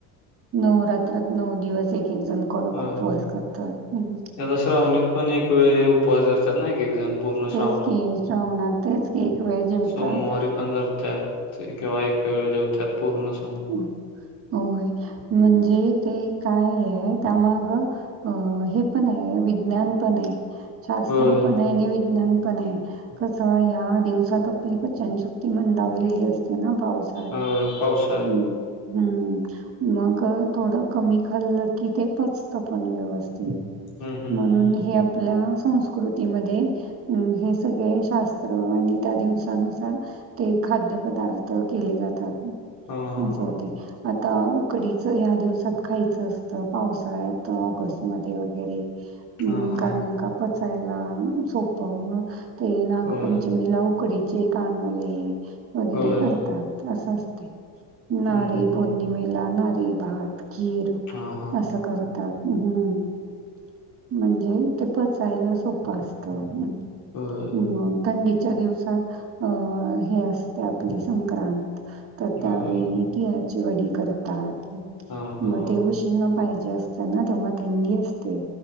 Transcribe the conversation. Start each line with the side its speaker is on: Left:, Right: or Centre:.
Right: नऊ रात्रात नऊ दिवस एक एक जण कडक
Left: होय.
Right: उपवास करतात. हम्म
Left: आता श्रावणीत पण एक वेळ, उपवास धरतात ना एक एक जण पूर्ण श्रावणात.
Right: तेच की श्रावणात तेच की एक वेळ जेवतात.
Left: सोमवारी पण धरत्यात ते किंवा एक वेळ जेवत्यात पूर्ण श्रावणात
Right: ह होय, म्हणजे ते काय ये त्यामागं अ.. हे पण आहे, विज्ञान पण आहे. शास्त्र
Left: होय.
Right: पण आहे आणि विज्ञान पण आहे. कसं, ह्या दिवसात आपली पचनशक्ती मंदावलेली असते ना पावस
Left: होय पावसाळ्यात
Right: अ हम्म मग थोडं कमी खाल्लं की, ते पचतं पण व्यवस्थित.
Left: हम्म हम्म
Right: म्हणून
Left: हम्म हम्म
Right: हे आपल्या संस्कृतीमध्ये अम् हे सगळे शास्त्र, आणि त्या दिवसानुसार ते खाद्य पदार्थ केले जातात.
Left: हा हा
Right: नं असं
Left: हा
Right: होतंय. आता उकडीचं, ह्या दिवसात खायचं असतं. पावसाळ्यात, ऑगस्ट मध्ये वगैरे. हम्म
Left: हा हा
Right: कारण
Left: हा
Right: का पचायला सोपं मग ते नागपंचमीला
Left: होय
Right: उकडी चे कानोले वगैरे
Left: होय
Right: करतात. असं असते.
Left: हम्म
Right: नारळी
Left: हम्म
Right: पौर्णिमेला
Left: हम्म
Right: नारळी भात, खीर
Left: हा हा
Right: असं कर त्यात हम्म म्हणजे ते पचायला सोपं असतं.
Left: होय
Right: मग थंडीच्या दिवसात, अ हे असतय आपली संक्रांत. त त्यावेळी
Left: होय
Right: तिळाची वडी करतात.
Left: हा हा हा.
Right: मग ते उष्ण पाहिजे असत ना, तेव्हा थंडी असते.